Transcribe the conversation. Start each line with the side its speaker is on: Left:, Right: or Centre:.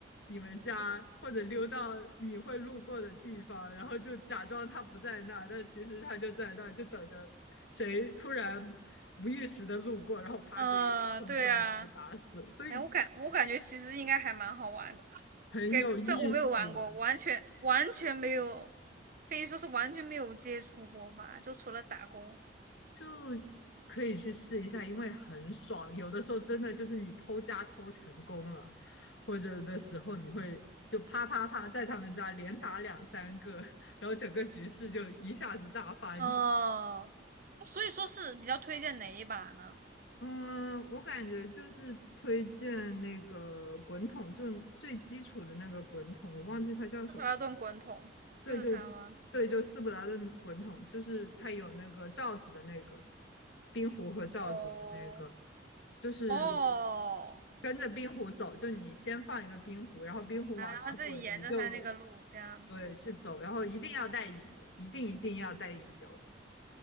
Left: 你们家，或者溜到你会路过的地方，然后就假装他不在那儿，但其实他就在那儿，就等着谁突然无意识的路过，然后啪的一下冲进来把他打死，
Right: 嗯，对啊，
Left: 所以
Right: 哎，我感我感觉其实应该还蛮好玩的。
Left: 很有意思，
Right: 给，虽然我没有玩过，完全完全没有，可以说是完全没有接触过吧，就除了打工。
Left: 就可以去试一下，因为很爽，有的时候真的就是你偷家偷成功了。或者的时候，你会就啪啪啪在他们家连打两三个，然后整个局势就一下子大翻转。
Right: 嗯，所以说是比较推荐哪一把呢？
Left: 嗯，我感觉就是推荐那个滚筒，就最基础的那个滚筒，我忘记它叫什么了。
Right: 斯克拉顿滚筒就是它吗？
Left: 对，就对，就斯普达顿滚筒，就是它有那个罩子的那个冰壶和罩子的那个，
Right: 哦
Left: 就是
Right: 哦，
Left: 跟着冰壶走，就你先放一个冰壶，然后冰壶往哪滚，
Right: 啊然后就沿着它那个路这样子，
Left: 你就对去走，然后一定要带引流，一定一定要带引流，